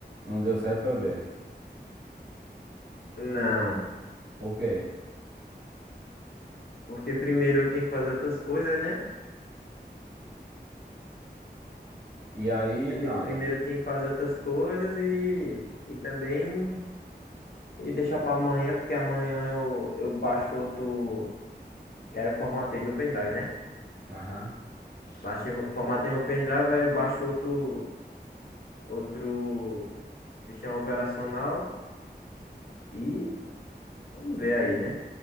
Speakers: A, on the right; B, on the left.
A: Não deu certo também.
B: Não,
A: Por quê?
B: porque primeiro eu tinha que fazer outras coisas, né?
A: E aí,
B: Prime-
A: nada.
B: Primeiro eu tinha que fazer outras coisas e, e também e deixar pra amanhã, porque amanhã eu, eu baixo outro. Que aí eu formatei meu pendrive, né?
A: Aham.
B: Baixei, meu- formatei meu pendrive, aí eu baixo outro, outro sistema operacional e vamos ver aí, né?